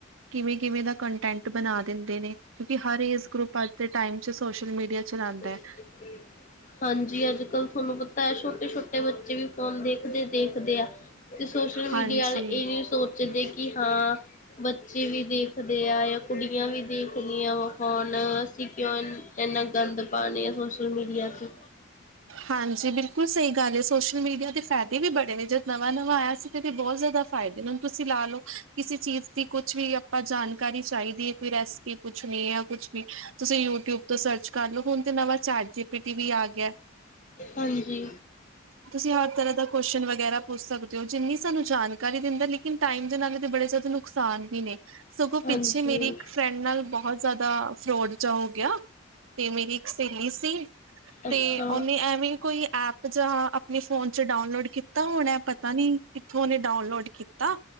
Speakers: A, on the right (about 70°); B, on the left (about 40°).
A: ਕਿਵੇਂ-ਕਿਵੇਂ ਦਾ ਕਨਟੈਂਟ ਬਨਾ ਦਿੰਦੇ ਨੇ ਕਿਓਂਕਿ ਹਰ ਏਜ ਗਰੁੱਪ ਅੱਜ ਦੇ ਟਾਈਮ ਚ ਸੋਸ਼ਲ ਮੀਡੀਆ ਚਲਾਉਂਦਾ
B: ਤੇ
A: ਹੈ
B: ਕਿੱਥੇ ਹਾਂਜੀ ਅੱਜ-ਕੱਲ ਥੋਨੂੰ ਪਤਾ ਐ ਛੋਟੇ-ਛੋਟੇ ਬੱਚੇ ਵੀ ਫੋਨ ਦੇਖਦੇ-ਦੇਖਦੇ ਆ। ਤੇ ਸੋਸ਼ਲ ਮੀਡੀਆ
A: ਹਾਂਜੀ
B: ਆਲੇ ਏ ਨੀ ਸੋਚਦੇ ਕੀ ਹਾਂ ਬੱਚੇ ਵੀ ਦੇਖਦੇ ਆ ਜਾਂ ਕੁੜੀਆਂ ਵੀ ਦੇਖਦੀਆਂ ਵਾ ਹੁਨ ਅਸੀਂ ਕਿਓਂ ਐਨਾ ਗੰਦ ਪਾਨੇ ਆਂ ਸੋਸ਼ਲ ਮੀਡੀਆ ਤੇ।
A: ਹਾਂਜੀ ਬਿਲਕੁਲ ਸਈ ਗੱਲ ਏ ਸੋਸ਼ਲ ਮੀਡੀਆ ਦੇ ਫੈਦੇ ਵੀ ਬੜੇ ਨੇ ਜਦ ਨਵਾਂ-ਨਵਾਂ ਆਏਆ ਸੀ। ਏਦੇ ਬਹੁ ਜਾਦਾ ਫ਼ਾਇਦੇ ਨੇ ਹੁਨ ਤੁਸੀਂ ਲਾ ਲੋ ਕਿਸੇ ਚੀਜ਼ ਦੀ ਕੁਛ ਵੀ ਆਪਾਂ ਜਾਣਕਾਰੀ ਚਾਈਦੀ ਐ ਕੋਈ ਰੈਸ ਪੀ ਪੁੱਛਨੀ ਐ ਕੁਛ ਵੀ ਤੁਸੀਂ ਯੂਟਿਊਬ ਤੋਂ ਸਰਚ ਕਰ ਲੋ, ਹੁਨ ਤੇ ਨਵਾਂ ਚੈਟ ਜੀ ਪੀ ਟੀ ਵੀ ਆ ਗੇਆ।
B: ਹਾਂਜੀ।
A: ਤੁਸੀਂ ਹਰ ਤਰਾਂ ਦਾ ਕੁਅਸ਼ਨ ਵਗੈਰਾ ਪੁੱਛ ਸਕਦੇ ਓ ਜਿੰਨੀ ਸਾਨੂੰ ਜਾਨਕਾਰੀ ਦਿੰਦਾ ਲੇਕਿਨ ਟਾਈਮ ਦੇ ਨਾਲ ਤਾਂ ਬੜੇ ਜਾਦਾ ਨੁਕ ਸਾਨ ਵੀ ਨੇ। ਸਗੋਂ
B: ਹਾਂਜੀ
A: ਪਿੱਛੇ ਮੇਰੀ ਇੱਕ ਫਰੈਂਡ ਨਾਲ ਬਹੁ ਜਾਦਾ ਫਰੋਡ ਜਾ ਹੋ ਗੇਆ। ਤੇ ਮੇਰੀ ਇੱਕ ਸੇਲੀ ਸੀ
B: ਅੱਛਾ
A: ਤੇ ਉਹਨੇ ਐਵੇਂ ਕੋਈ ਐਪ ਜਾਂ ਆਪਨੇ ਫੋਨ ਚ ਡਾਊਨਲੋਡ ਕੀਤਾ ਹੁਨ ਐ ਪਤਾ ਨੀ ਕਿੱਥੋਂ ਓਨੇ ਡਾਊਨਲੋਡ ਕੀ ਤਾ